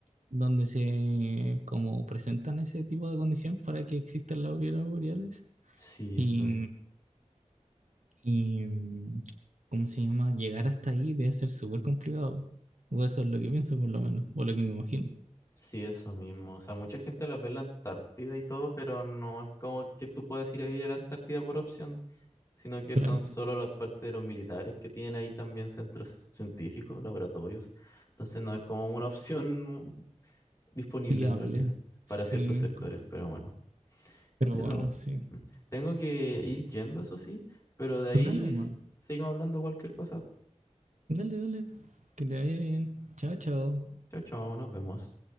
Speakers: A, on the right; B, on the left.
A: donde se como presentan ese tipo de condición para que existan las auroras boreales.
B: Sí,
A: Y,
B: eso,
A: y ¿cómo se llama? Llegar hasta ahí debe ser súper complicado. O eso es lo que pienso, por lo menos, o lo que me imagino.
B: sí, eso mismo. O sea, mucha gente las ve en la Antártida y todo, pero no es como que tú puedas ir a vivir a la Antártida por opción, sino que
A: Claro.
B: son solo las partes de los militares que tienen ahí también centros científicos, laboratorios. Entonces no es como una <laughs> opción disponible
A: Fiable.
B: en realidad
A: Sí,
B: para ciertos sectores, pero bueno.
A: pero
B: Y
A: bueno,
B: eso,
A: sí.
B: mm, tengo que ir yendo, eso sí, pero de ahí
A: Pues Dale, hermano.
B: s- seguimos hablando cualquier cosa.
A: Dale, dale. Que te vaya bien. Chao, chao.
B: Chao, chao, nos vemos.